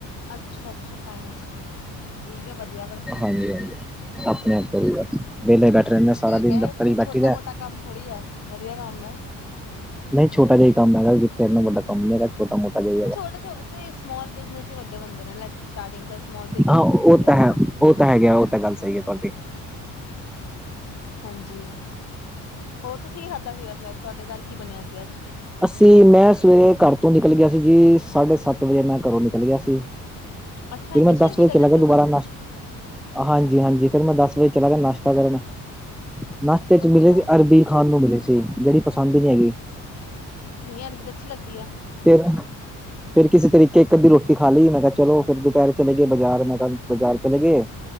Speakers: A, on the left; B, in the centre.
A: ਅੱਛਾ, ਅੱਛਾ, ਫਾਈਨਸ। ਠੀਕ ਐ ਵਧੀਆ।
B: ਹਾਂਜੀ, ਹਾਂਜੀ ਆਪਣੇ ਆਪ ਤੋਂ ਵੀ ਬ ਵੈਹਲੇ ਬੈਠੇ <unintelligible>
A: ਠੀਕ
B: ਦਿਨ
A: ਐ
B: ਦਫ਼ਤਰ ਹੀ ਬੈਠੀ
A: ਛੋਟਾ
B: ਦਾ
A: ਮੋਟਾ ਕੰਮ ਥੋੜੀ ਐ, ਵਧੀਆ ਕੰਮ ਐ।
B: ਨਈਂ ਛੋਟਾ ਜਿਈ ਕੰਮ ਹੈਗਾ, ਕਿੱਥੇ ਇੰਨਾ ਵੱਡਾ ਕੰਮ ਨੀਂ ਹੈਗਾ। ਛੋਟਾ ਮੋਟਾ ਜਿਹਾ ਹੀ
A: ਤੇ
B: ਹੈਗਾ
A: ਛੋਟਾ ਛੋਟਾ ਤੇ ਸਮੌਲ ਬਿਜਨਸ ਹੀ ਵੱਡੇ ਬੰਦੇ ਨੇ, ਲਾਈਕ ਸਟਾਰਟਿੰਗ ਤਾਂ ਸਮੌਲ ਤੋਂ ਹੀ ਕੀਤੀ
B: ਹਾਂ ਉਹ
A: ਜਾਂਦੀ ਹੈ,
B: ਤਾਂ
A: ਹਨਾ।
B: ਉਹ ਤਾਂ ਹੈਗੇ ਆ, ਉਹ ਤਾਂ ਗੱਲ ਸਈ ਐ ਤੁਵਾਡੀ।
A: ਹਾਂਜੀ, ਹੋਰ ਤੁਸੀਂ ਕੀ ਖਾਧਾ ਸੀ ਵੈਸੇ ਅੱਜ ਤੁਹਾਡੇ ਘਰ ਕੀ ਬਨਿਆ ਸੀ ਅੱਜ?
B: ਅਸੀਂ, ਮੈਂ ਸਵੇਰੇ ਘਰ ਤੋਂ ਨਿਕਲ ਗਿਆ ਸੀ ਜੀ, ਸਾਢੇ ਸੱਤ ਵਜੇ ਮੈਂ ਘਰੋਂ ਨਿਕਲ ਗਿਆ ਸੀ।
A: <unintelligible>
B: ਫਿਰ ਮੈਂ
A: ਸਵੇਰੇ
B: ਦਸ
A: ਨਿਕਲ
B: ਵਜੇ
A: ਜਾਂਦੇ
B: ਚਲਾ ਗਿਆ ਦੁਬਾਰਾ,
A: ਹੋ ਘਰੋਂ
B: ਨਸ਼ ਹਾਂਜੀ ਹਾਂਜੀ ਫਿਰ ਮੈਂ ਦਸ ਵਜੇ ਚਲਾ ਗਿਆ ਨਾਸ਼ਤਾ ਲੈਣ। ਨਾਸ਼ਤੇ ਚ
A: ਅੱਛਾ
B: ਮਿਲੇ ਸੀ, ਅਰਬੀ ਖਾਨ ਨੂੰ ਮਿਲੇ ਸੀ, ਜਿਹੜੀ ਪਸੰਦ ਹੀ ਨੀਂ ਹੈਗੀ।
A: ਨਈਂ ਅਰਬੀ ਤਾਂ ਅੱਛੀ ਲੱਗਦੀ ਐ।
B: ਫਿਰ, ਫੇਰ ਕਿਸੇ ਤਰੀਕੇ ਇੱਕ ਅੱਧੀ ਰੋਟੀ ਖਾ ਲਈ, ਮੈਂ ਕਿਹਾ ਚਲੋ ਫੇਰ ਦੁਪਹਿਰ ਚਲੇ ਗਏ ਬਜਾਰ ਮੈਂ ਕ ਬਜਾਰ ਚਲੇ ਗਏ,